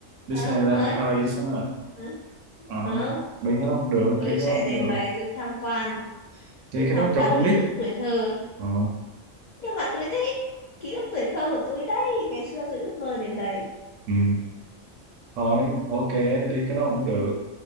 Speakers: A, on the right (about 75°); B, on the left (about 65°).
A: Disneyland
B: à đúng rồi
A: Paris đó hả
B: ừ,
A: Ờ,
B: ừ.
A: mấy cái đó không được
B: tôi
A: đi cái đó
B: sẽ
A: không
B: đến
A: được
B: đấy tôi tham quan
A: đi
B: tôi
A: cái
B: tham
A: đó cho
B: quan
A: con
B: ký
A: nít
B: ức tuổi thơ
A: Ờ,
B: nhưng mà tôi thích ký ức tuổi thơ của tôi đấy ngày xưa tôi ước mơ đến đấy
A: ừ. thôi ok đi cái đó không được